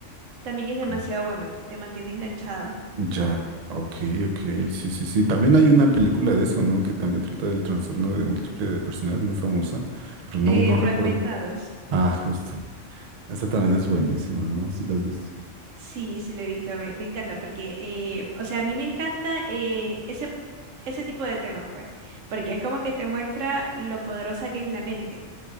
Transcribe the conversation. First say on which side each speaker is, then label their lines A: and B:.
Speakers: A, on the right (about 80°); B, on the right (about 60°).
A: También es demasiado
B: ok.
A: bueno, te mantiene enganchada.
B: Ya. Ok, ok. Sí, sí, sí. También hay una película de eso, ¿no? Que también trata del trastorno de múltiple de personalidad, muy famosa, pero no, no
A: Eh,
B: recuerdo.
A: fragmentados.
B: Ah, justo. Esa también es buenísima, ¿no? Sí la has visto.
A: Sí, sí lo he visto, me, me encanta porque, eh, o sea, a mí me encanta eh, ese, ese tipo de temas, pues, porque es como que te muestra lo poderosa que es la mente,